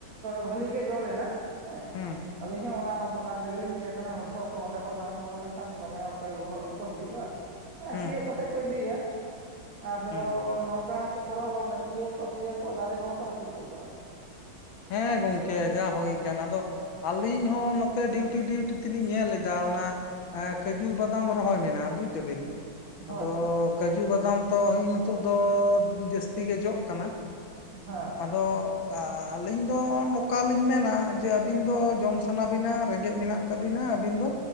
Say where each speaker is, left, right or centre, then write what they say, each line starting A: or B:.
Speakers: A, on the right (about 45°); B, on the left (about 75°).
A: ᱵᱷᱟᱹᱞᱤ ᱜᱮ ᱡᱚ ᱞᱮᱱᱟ᱾ ᱦᱮᱸ,
B: ᱦᱩᱸ
A: ᱟᱹᱞᱤᱧ ᱦᱚᱸ ᱚᱱᱟ ᱟᱱ ᱨᱮᱜᱮᱞᱤᱧ ᱛᱟᱦᱮᱸ ᱠᱟᱱᱟ ᱦᱚᱨᱦᱚ ᱠᱚ ᱚᱸᱰᱮ ᱦᱚᱸ ᱵᱟᱝ ᱦᱚᱨᱦᱚ ᱞᱮᱱᱠᱷᱟᱱ ᱫᱚᱢᱮ ᱚᱱᱠᱟ ᱜᱚᱜᱚ ᱦᱚᱲ ᱠᱚᱠᱚ ᱦᱤᱡᱩᱜᱼᱟ᱾ ᱦᱮ
B: ᱦᱩᱸ
A: ᱛᱤᱭᱳᱜ ᱠᱟᱛᱮᱫ ᱠᱚ ᱤᱫᱤᱭᱟ ᱟᱫᱚ
B: ᱦᱩᱸ
A: ᱱᱚᱝᱠᱟ ᱠᱚ ᱠᱚᱨᱟᱣ ᱵᱟ ᱢᱟᱱᱮ ᱛᱤᱭᱳᱜ ᱠᱚ ᱛᱤᱭᱳᱜ ᱦᱚ ᱫᱟᱨᱮ ᱠᱚᱦᱚᱸ ᱠᱚ ᱨᱟᱹᱯᱩᱜ ᱴᱩᱠᱟᱜᱼᱟ᱾
B: ᱦᱮᱸ ᱜᱚᱝᱠᱮ ᱡᱟ ᱦᱩᱭ ᱠᱟᱱ ᱟᱫᱚ ᱟᱹᱞᱤᱧ ᱦᱚᱸ ᱱᱚᱛ ᱛᱮ ᱰᱤᱣᱴᱤ ᱰᱤᱣᱴᱤ ᱛᱤᱞᱤᱧ ᱧᱮᱞ ᱫᱟ ᱚᱱᱟ ᱠᱟᱹᱡᱩ ᱵᱟᱫᱟᱢ ᱨᱚᱦᱚᱭ ᱢᱮᱱᱟᱜᱼᱟ ᱵᱩᱡ ᱫᱟᱹᱵᱤᱱ᱾
A: ᱦᱳᱭ
B: ᱟᱫᱚ
A: ᱦᱳᱭ
B: ᱠᱟᱹᱡᱩ ᱵᱟᱫᱟᱢ ᱛᱚ ᱤᱱ ᱱᱤᱛᱚᱜ ᱫᱚ ᱡᱟᱹᱥᱛᱤ ᱜᱮ ᱡᱚᱜ ᱠᱟᱱᱟ᱾
A: <unintelligible>
B: ᱟᱫᱚ ᱟᱹᱞᱤᱧ ᱫᱚ ᱱᱚᱠᱟ ᱞᱤᱧ ᱢᱮᱱᱟ ᱡᱮ ᱟᱹᱵᱤᱱ ᱫᱚ ᱡᱚᱢ ᱥᱟᱱᱟ ᱵᱤᱱᱟ ᱨᱮᱸᱜᱮᱡ ᱢᱮᱱᱟᱜ ᱛᱟᱹᱵᱤᱱᱟ ᱟᱹᱵᱤᱱ ᱫᱚ